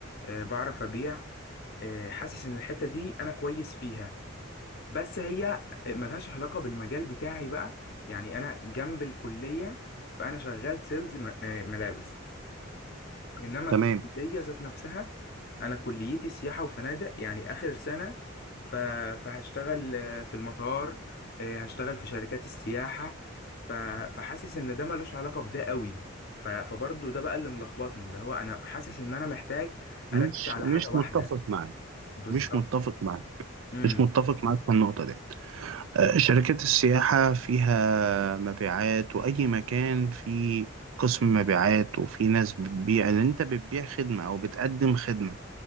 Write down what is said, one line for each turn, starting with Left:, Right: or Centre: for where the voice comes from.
Left: آه، بعرف ابيع آه، حاسس ان الحتة دي انا كويس فيها بس هي ملهاش علاقة بالمجال بتاعي بقى يعني أنا جنب الكلية فأنا شغال سيلز م- آه، ملابس إنما
Right: تمام
Left: في الكلية ذات نفسها أنا كليتي سياحة وفنادق يعني آخر سنة ف- فهشتغل آه، في المطار آه، هشتغل في شركات السياحة ف- فحاسس إن ده ملوش علاقة بده قوي ف- فبرضه ده بقى اللي ملخبطني اللي هو أنا حاسس إن أنا محتاج
Right: مش
Left: أركز على
Right: مش
Left: حاجة واحدة
Right: متفق معاك
Left: بالظبط
Right: مش متفق معاك
Left: امم
Right: مش متفق معاك في النقطة دي آه، شركات السياحة فيها مبيعات وأي مكان فيه قسم مبيعات وفي ناس بتبيع اللي أنت بتبيع خدمة أو بتقدم خدمة